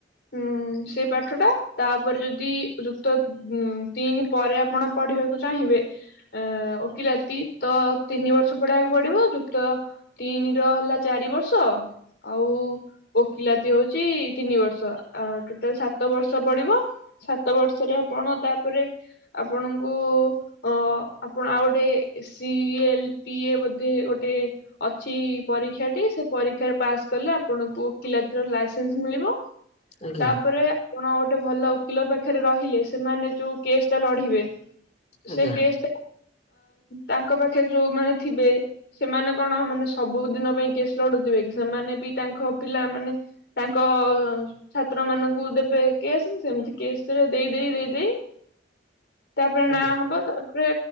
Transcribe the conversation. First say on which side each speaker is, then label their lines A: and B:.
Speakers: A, on the left (about 65°); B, on the left (about 40°).
A: ଉଁ ସେଇ ପାଠ ଟା ତାପରେ ଯଦି ଯୁକ୍ତ ତିନି ପରେ ଆପଣ ପଢ଼ିବାକୁ ଚାହିଁବେ ଅ ଓକିଲାତି ତ ତିନି ବର୍ଷ ପଢ଼ିବାକୁ ପଡ଼ିବ। ତ ତିନି ର ହେଲା ଚାରି ବର୍ଷ ଆଉ ଓକିଲାତି ହଉଛି ତିନି ବର୍ଷ ଟୋଟାଲ ସାତ ବର୍ଷ ପଢ଼ିବ ସାତ ବର୍ଷରେ ଆପଣ ତାପରେ ଆପଣଙ୍କୁ ଅ ଆପଣ ଆଉ ଗୋଟେ ସି ଏଲ ପି ଏ ବୋଧେ ଗୋଟେ ଅଛି ପରୀକ୍ଷା ଟି ସେ ପରୀକ୍ଷାରେ ପାସ୍ କଲେ ଆପଣଙ୍କୁ ଓକିଲାତିର ଲାଇସେନ୍ସ ମିଳିବ।
B: ଆଜ୍ଞା
A: ତାପରେ ଆପଣ ଗୋଟେ ଭଲ ଓକିଲ ପାଖରେ ରହିଲେ ସେମାନେ ଯୋଉ କେସ୍ ଟା ଲଢ଼ିବେ
B: ଆଜ୍ଞା
A: ସେ କେସ୍ ତାଙ୍କ ପାଖରେ ଯୋଉ ମାନେ ଥିବେ ସେମାନେ କଣ ମାନେ ସବୁ ଦିନ ପାଇଁ କେସ୍ ଲଢ଼ୁଥିବେ କି ସେମାନେ ବି ତାଙ୍କ ପିଲା ମାନେ ତାଙ୍କ ଛାତ୍ର ମାନଙ୍କୁ ଦେବେ କେସ୍ ସେମିତି କେସ୍ ରେ ଦେଇ ଦେଇ ଦେଇ ଦେଇ ତାପରେ ନାଁ
B: ଆଜ୍ଞା।
A: ହବ ତାପରେ